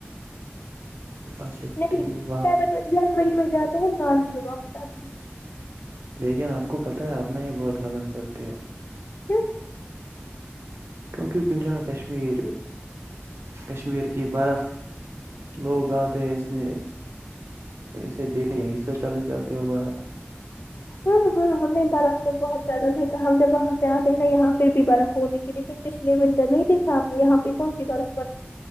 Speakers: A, on the right; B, on the left.
A: اچھا
B: نہیں
A: ٹھیک
B: فیبر جنوری میں جاتا ہے مارچ میں وقت آتا ہیں
A: لیکن آپ کو پتہ ہے آپ نہ یہ بہت غلط کرتے ہو
B: ہ
A: کیونکہ کن جائ کشمیر کشمیر کی برف لوگ آتے اس نے اسے دیکھنے چلے جاتے ہو باہر
B: ہاں ہاں ہمیں برف میں بہت زیادہ دیکھا ہم جب وہاں سے آتے ہیں نا یہاں پھر بھی برف ہوتی تھی لیکن پچھ مٹ نہیں <unintelligible> کھا آپ نے یہاں ہم <inaudible>